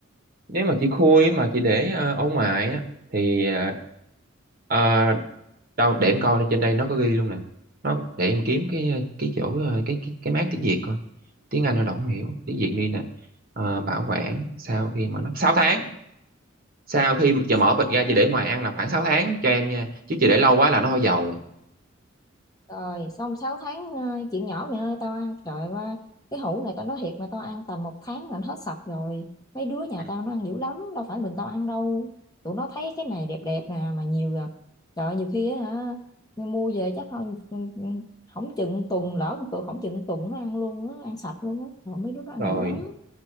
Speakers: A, on the right; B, on the left.
A: Nếu mà chị khui mà chị để ờ, ở ngoài á thì ờ, ờ, đâu để em coi nó trên đây nó có ghi luôn nè nó để em kiếm cái cái chỗ ờ, cái cái, cái mác tiếng Việt coi tiếng Anh nó đâu không hiểu tiếng Việt đi nè Ờ, bảo quản sau khi mà nó sáu tháng sau khi mà chờ
B: sáu
A: mở bịch
B: tháng
A: ra chị để ngoài ăn là khoảng 6 tháng cho em nha chứ chị để lâu quá là nó hôi dầu
B: rồi, xong sáu tháng à, chuyện nhỏ mẹ ơi tao ăn trời ơi, cái hũ này tao nói thiệt mà tao ăn tầm một tháng là nó hết sạch rồi. Mấy đứa nhà
A: Ừ.
B: tao nó ăn dữ lắm, đâu phải mình tao ăn đâu. Tụi nó thấy cái này đẹp đẹp nè mà nhiều là trời ơi, nhiều khi á hả mua về chắc không không chừng tuần lỡ một tuần không chừng tuần nó ăn luôn á, ăn sạch luôn á. Trời mấy đứa nó ăn
A: rồi
B: dữ lắm.